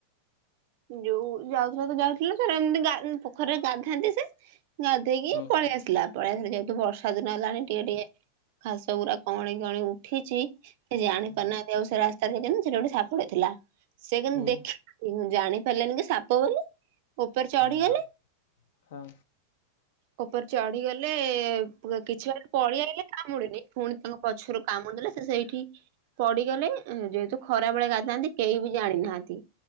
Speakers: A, on the right (about 50°); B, on the left (about 55°).
A: ଯୋଉ ଯାଉଥିଲା ତ ଯାଉଥିଲା ତ ଏମିତି ପୋଖରୀରେ ଗାଧାନ୍ତି ସେ ଗଧେଇକି
B: ହୁଁ
A: ପଳେଇ ଆସିଲା। ପଳେଇ ଆସିଲେ ଯେହେତୁ ବର୍ଷା ଦିନ ହେଲାଣି ଟିକେ ଟିକେ ଘାସ ଗୁାରା କଅଁଳି କଅଁଳି ଉଠିଚି। ସେ ଜାଣିପାରୁନାହାନ୍ତି
B: ହୁଁ
A: ଆଉ ସେ ରାସ୍ତାରେ ଯାଇଛନ୍ତି। ସେଇଠି ଗୋଟେ ସେପଟେ ଥିଲା। ସେ କିନ୍ତୁ
B: ହୁଁ ହଁ ହଁ। ହୁଁ
A: ଦେଖିନାହା
B: ହୁଁ
A: ଜାଣି ପାରିଲେନି କି ସାପ ବୋଲି। ଉପରେ ଚଢିଗଲେ
B: ଆହା ହଁ।
A: ଉପରେ ଚଢିଗଲେ କିଛି ବ ପଳିଆଇଲେ କାମୁଡିନି। ପୁଣି ତାଙ୍କ ପଛରୁ କାମୁଡି ଦେଲା ସେ ସେଇଠି ପଡିଗଲେ। ଯେହେତୁ ଖରାବେଳେ ଗାଧାନ୍ତି। କେହି ବି ଜାଣି ନାହାନ୍ତି।